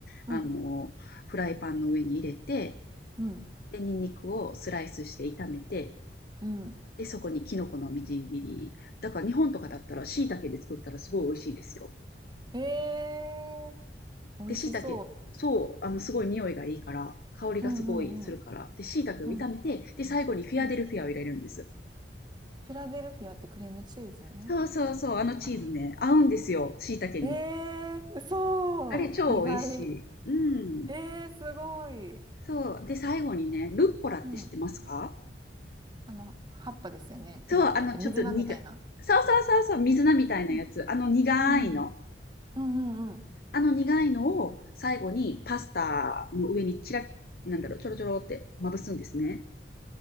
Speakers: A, on the right (about 25°); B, on the left (about 55°).
A: うん、
B: あの、フライパンの上に入れて、
A: うん、
B: で、ニンニクをスライスして炒めて、
A: うん。
B: で、そこにキノコのみじん切り。だから日本とかだったら椎茸で作ったらすごい美味しいですよ。
A: ええー美味しそ
B: で、椎茸、そう、あの、すごい匂いがいいから、香りがすごいするから。
A: う。うんうん
B: で、椎茸を炒めて、
A: うん、うん、
B: で、最後にフィアデルフィアを入れるんです。
A: うん。フィラデルフィアってクリームチーズの
B: そうそうそう、あのチーズね、
A: あ、
B: 合うんですよ、椎茸に。
A: ええー、そう意外。
B: あれ超美味しい。うん。
A: ええーすごい。
B: そう。で、最後にね、ルッコラって知ってますか？
A: うんあの、葉っぱですよね。
B: そう、
A: ルッコラって水菜みたいな。
B: あの、ちょっと苦そうそうそうそう、水菜みたいなやつ。
A: うんうん
B: あの苦いの。
A: うんうんうんうんうん
B: あの苦いのを最後にパスタの上にちらなんだろう、ちょろちょろってまぶすんですね。